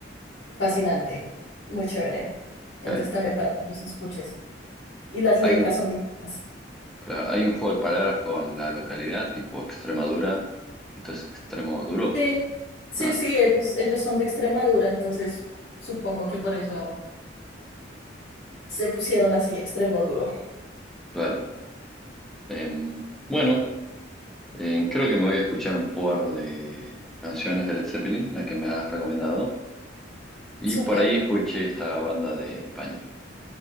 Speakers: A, on the left; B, in the centre.
A: fascinante, muy chévere. Entonces
B: Ok.
A: también para que los escuches. Y las
B: Hay,
A: letras son dignas.
B: Claro, hay un juego de palabras con la localidad, tipo Extremadura. y Esto es extremo duro.
A: Sí, sí,
B: Ah,
A: sí, ellos, ellos son de Extremadura, entonces supongo que por eso se pusieron así extremo duro.
B: claro. Em, bueno, em, creo que me voy a escuchar un par de canciones de Led Zeppelin, la que me has recomendado. Y
A: Súper.
B: por ahí escuché esta banda de España.